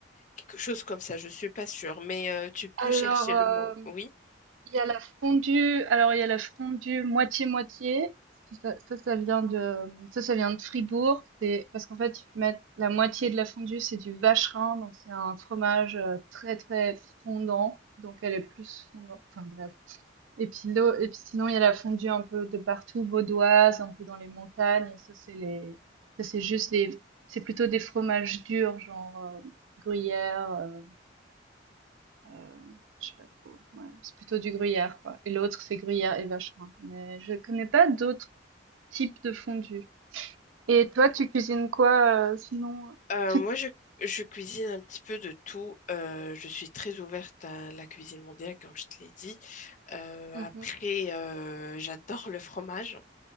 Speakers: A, on the left (about 40°); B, on the right (about 80°).
A: quelque chose comme ça, je suis pas sûre mais euh, tu peux
B: Alors,
A: chercher
B: euh,
A: le mot. Oui.
B: Il y a la fondue, alors il y a la fondue moitié-moitié. Ça, ça, ça vient de, ça, ça vient de Fribourg. C'est parce qu'en fait, ils mettent la moitié de la fondue, c'est du vacherin, donc c'est un fromage euh, très très fondant, donc elle est plus fondante. Enfin bref. Et puis l'eau, et puis sinon il y a la fondue un peu de partout, vaudoise, un peu dans les montagnes. ça c'est les, ça c'est juste des, c'est plutôt des fromages durs, genre euh, gruyère, euh, Heu, je sais pas trop, ouais, c'est plutôt du gruyère, quoi et l'autre c'est gruyère et vacherin, mais je connais pas d'autres types de fondue. Et toi, tu cuisines quoi, heu, sinon? euh,
A: Euh,
B: C'est
A: moi, je, je cuisine un petit peu de tout. Euh, je suis très ouverte à la cuisine mondiale, comme je te l'ai dit. Euh,
B: mmh
A: après, euh, j'adore le fromage.